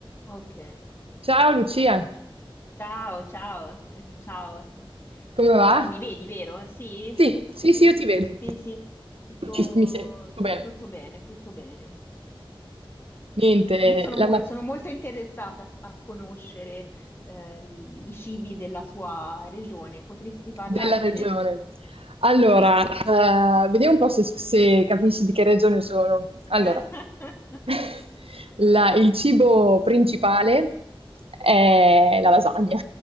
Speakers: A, on the left (about 25°); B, on the right (about 80°).
A: Ok.
B: Ciao Lucia,
A: Ciao, ciao, eh, ciao.
B: come va?
A: Ciao, mi vedi, vero? Sì?
B: Sì, sì,
A: Eh,
B: sì, io ti vedo.
A: Sì, sì, tutto,
B: Ci- mi sento tutto
A: tu-
B: bene.
A: tutto bene, tutto bene.
B: Niente,
A: Io sono,
B: la
A: mo- sono molto interessata s- a conoscere eh, i, i cibi della tua regione. Potresti parlarmene?
B: Della regione. Allora,
A: Mm.
B: eh, vediamo un po' se, se capisci di che regione sono. Allora,
A: Eh, <laughs>
B: <laughs> la- il cibo principale è la lasagna.